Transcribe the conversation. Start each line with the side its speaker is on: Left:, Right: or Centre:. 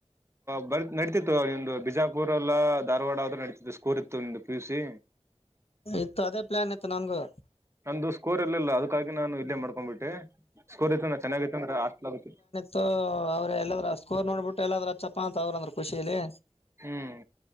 Right: ಬರ್ತ್ ನಡೀತಿತ್ತು ನಿಂದು ಬಿಜಾಪುರ್ ಅಲ್ಲ ಧಾರವಾಡ ಆದ್ರೆ ನಡೀತಿತ್ತ ಸ್ಕೋರ್ ಇತ್ತು ನಿಂದು ಪಿ ಯು ಸಿ.
Left: ಇತ್ತು ಅದೇ ಪ್ಲಾನ್ ಇತ್ತು ನನ್ಗು.
Right: ನಂದು ಸ್ಕೋರ್ ಇರ್ಲಿಲ್ಲ ಅದಕ್ಕಾಗಿ ನಾನು ಇಲ್ಲೇ ಮಾಡ್ಕೊಂಡ್ಬಿಟ್ಟೆ ಸ್ಕೋರ್ ಇತ್ತಂದ್ರೆ ಚೆನ್ನಾಗಿತ್ತು ಅಂದ್ರ ಹಾಸ್ಟಲ್ <unintelligible>
Left: ಸೊ ಅವ್ರು ಎಲ್ಲದ್ರ್ ಸ್ಕೋರ್ ನೋಡ್ಬಿಟ್ಟು ಎಲ್ಲಾದ್ರೂ ಅಚ್ಚಪ್ಪಾ ಅಂತ ಅವ್ರಂದ್ರು ಖುಷಿಲ್ಲಿ.
Right: ಹ್ಮ್